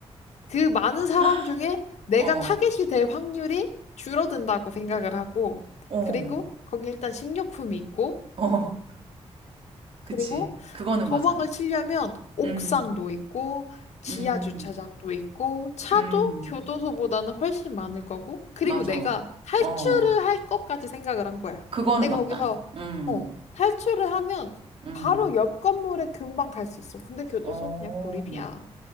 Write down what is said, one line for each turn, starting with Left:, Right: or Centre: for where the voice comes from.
Left: 그 많은 사람
Right: <gasps>
Left: 중에 내가
Right: 오,
Left: 타겟이 될 확률이 줄어든다고 생각을 하고
Right: 어,
Left: 그리고 거기 일단 식료품이 있고
Right: <laughs> 어.
Left: 그리고
Right: 그치. 그거는
Left: 도망을
Right: 맞아.
Left: 치려면 옥상도
Right: 음,
Left: 있고 지하
Right: 음,
Left: 주차장도 있고 차도
Right: 음,
Left: 교도소보다는 훨씬 많을 거고 그리고
Right: 맞아.
Left: 내가 탈출을
Right: 어,
Left: 할 것까지 생각을 한 거야.
Right: 그거는
Left: 내가
Right: 맞다.
Left: 거기서
Right: 음,
Left: 어, 탈출을 하면
Right: 음,
Left: 바로 옆 건물에 금방 갈 수 있어. 근데 교도소
Right: 어.
Left: 그냥 고립이야.